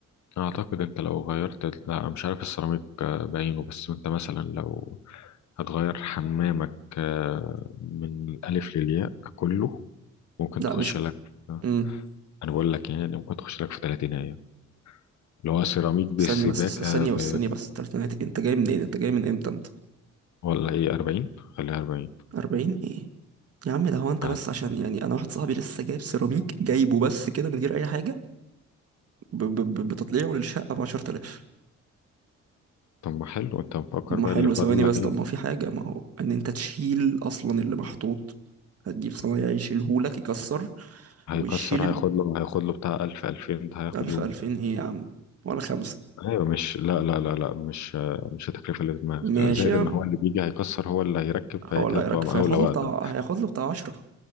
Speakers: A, on the left (about 70°); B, on the right (about 50°).
A: أعتقد أنت لو غيرت لا أنا مش عارف السيراميك آه، بعينه بس أنت مثلا لو هتغير حمامك آه، من الألف للياء كله ممكن
B: لا
A: تخش
B: مش
A: لك آه،
B: امم
A: أنا بقول لك يعني ممكن تخش لك في 30 أيام اللي هو سيراميك بالسباكة
B: ثانية بس ثانية
A: ب...
B: بس ثانية بس تلاتينات انت جاي منين انت جاي من امتى انت
A: ولا إيه 40 خليها 40
B: 40 ايه يا عم ده هو انت
A: آه.
B: بس عشان يعني انا واحد صاحبي لسه جايب سيراميك جايبه بس كده من غير اي حاجة ب... ب... ب- بتطليعه للشقة ب 10000
A: طب ما حلو أنت مفكر
B: طب ما
A: بقى
B: حلو
A: اللي فاضل
B: ثواني
A: لك
B: بس
A: إيه
B: طب ما هو في حاجة ما هو ان انت تشيل اصلا اللي محطوط هتجيب صنايعي يشيلهولك يكسر
A: هيكسر
B: ويشيل ال-
A: هياخد له هياخد له بتاع 1000 2000 ده هياخد
B: ألف
A: يوم
B: ألفين ايه يا عم ولا خمسة
A: ايوه مش لا لا لا لا مش مش التكلفه اللي في دماغك
B: ماشي
A: زائد
B: يا
A: ان
B: عم
A: هو اللي بيجي هيكسر هو اللي هيركب
B: هو
A: فهي كده
B: اللي هيركب
A: بتبقى مقاوله
B: فهياخد له
A: واقده
B: بتاع هياخد له بتاع عشرة